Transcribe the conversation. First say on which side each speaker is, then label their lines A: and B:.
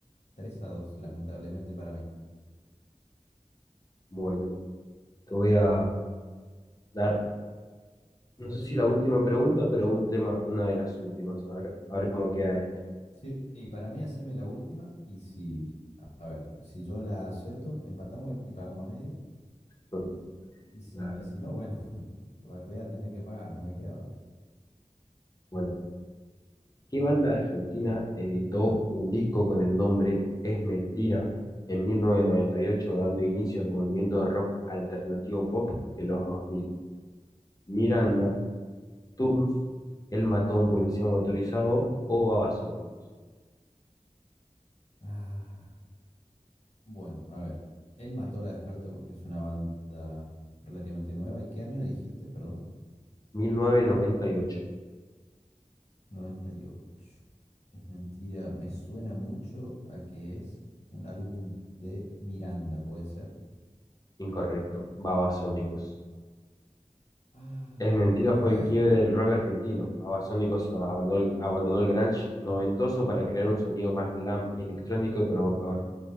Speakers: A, on the left; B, on the left.
A: tres a dos, lamentablemente para mí.
B: Bueno, te voy a dar, no sé si la última pregunta, pero un tema, una de las últimas, a ver, a ver cómo queda esto.
A: Sí, y para mí haceme la última y si, a ver, si yo la acierto, empatamos y pagamos a medias.
B: <laughs>
A: Y si,
B: Dale.
A: y si no, bueno, <laughs> voy a tener que pagar, no me queda otra.
B: Bueno, ¿qué banda argentina editó un disco con el nombre Es Mentira en 1998, dando inicio al movimiento de rock alternativo pop de los 2000? Miranda,
A: Ujú.
B: Turf, Él mató a un policía motorizado o Babasónicos.
A: Ah, bueno, a ver. Él mató la descarto porque es una banda relativamente nueva. ¿Y qué año dijiste, perdón?
B: 1998.
A: noventa y ocho. Es mentira, me suena mucho a que es un álbum de Miranda, ¿puede ser?
B: Incorrecto, Babasónicos.
A: Ay,
B: Es mentira
A: ay,
B: fue
A: ay.
B: el quiebre
A: bu-
B: del rock argentino. Babasónicos abandonó, el- abandonó el grunge noventoso para crear un sonido más glam,
A: Ujú.
B: electrónico y provocador,